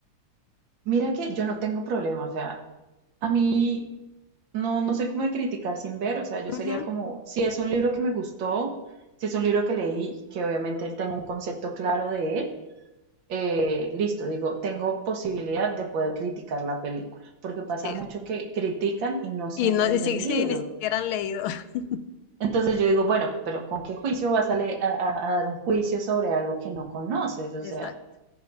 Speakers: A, on the right; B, on the left.
A: Mira que yo no tengo problema, o sea, a mí no, no soy como de criticar sin ver, o sea, yo
B: Ujú.
A: sería como, si es un libro que me gustó, si es un libro que leí, que obviamente tengo un concepto claro de él, eh, listo, digo, tengo posibilidad de poder criticar la película, porque pasa
B: Sí.
A: mucho que critican y no se
B: Y
A: han
B: no,
A: leído
B: y sí,
A: el libro.
B: sí, ni siquiera han leído. <laughs>
A: Entonces yo digo, bueno, pero ¿con qué juicio vas a, le- a- a- a dar un juicio sobre algo que no conoces? O
B: Exacto.
A: sea,